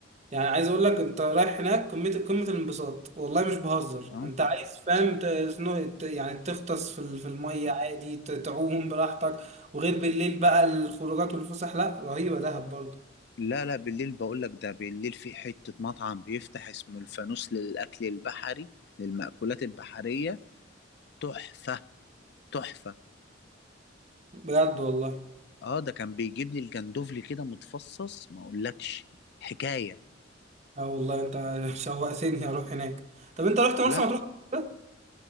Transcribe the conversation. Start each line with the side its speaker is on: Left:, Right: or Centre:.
Right: يعني عايز اقول لك انت رايح هناك قمه قمه الانبساط والله مش بهزر
Left: اه
Right: انت عايز فاهم ت- سنو- ت- يعني تغطس في ال- في الميه عادي ت- تعوم براحتك وغير بالليل بقى الخروجات والفسح لا رهيبه دهب برضه
Left: لا لا بالليل بقول لك ده بالليل في حتة مطعم بيفتح اسمه الفانوس للأكل البحري للمأكولات البحرية تحفة تحفة
Right: بجد والله
Left: اه ده كان بيجيب لي الجندوفلي كده متفصص ما اقولكش حكاية
Right: اه والله انت <laughs> شوقتني اروح هناك طب انت رحت مرسى
Left: لا
Right: مطروح قبل كده؟